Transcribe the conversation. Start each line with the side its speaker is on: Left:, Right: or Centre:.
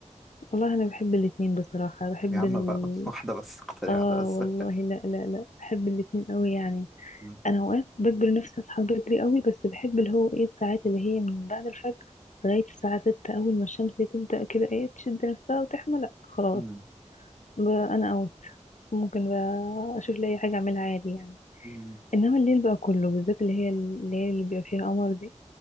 Left: والله انا بحب الاتنين بصراحة بحب
Centre: يا عم
Left: ال...
Centre: بقى <laughs> واحدة بس اختاري
Left: اه
Centre: واحدة بس
Left: والله لا لا لا بحب الاتنين قوي يعني
Centre: مم.
Left: انا اوقات بجبر نفسي اصحى بدري قوي بس بحب اللي هو ايه الساعات اللي هي من بعد الفجر لغاية الساعة ستة اول ما الشمس تبدأ كده ايه تشد نفسها وتحمى لا خلاص
Centre: مم.
Left: ب- انا اوت ممكن بقى اشوف لي اي حاجة اعملها عادي يعني
Centre: مم.
Left: انما الليل بقى كله بالذات اللي هي الليل اللي بيبقى فيها قمر دي